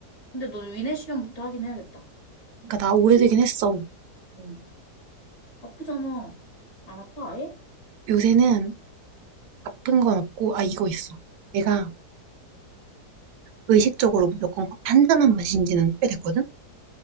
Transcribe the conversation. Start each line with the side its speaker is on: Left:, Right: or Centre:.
Left: 근데 너는 위내 시경부터 하긴 해야겠다.
Right: 그니까 나 오래되긴
Left: 실력이지.
Right: 했어.
Left: 응. 아프잖아. 안 아파, 아예?
Right: 요새는 아픈 건 없고, 아, 이거 있어. 내가 의식적으로 무조건 커피 한 잔만 마신 지는 꽤 됐거든?